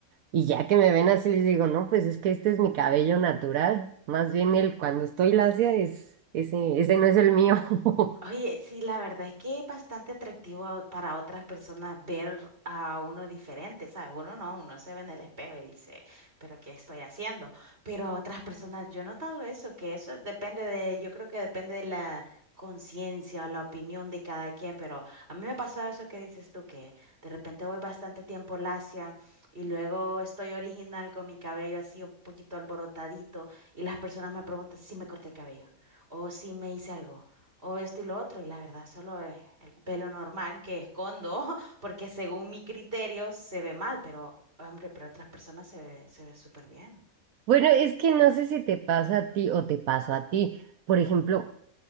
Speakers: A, on the right (about 75°); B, on the right (about 45°).
A: Y ya que me ven así, les digo, no, pues es que este es mi cabello natural. Más bien el cuando estoy lacia es, ese, ese no es el mío. <laughs>
B: Oye, sí, la verdad es que es bastante atractivo para otras personas ver a uno diferente, ¿sabes? Uno no, uno se ve en el espejo y dice, pero ¿qué estoy haciendo? Pero a otras personas, yo he notado eso, que eso depende de, yo creo que depende de la conciencia, la opinión de cada quien, pero a mí me ha pasado eso que dices tú, que de repente voy bastante tiempo lacia y luego estoy original con mi cabello así un poquito alborotadito y las personas me preguntan si me corté el cabello o si me hice algo o esto y lo otro, y la verdad solo es el pelo normal que escondo, <laughs> porque según mi criterio se ve mal, pero hombre, para otras personas se ve, se ve súper bien.
A: Bueno, es que no sé si te pasa a ti o te pasó a ti. Por ejemplo,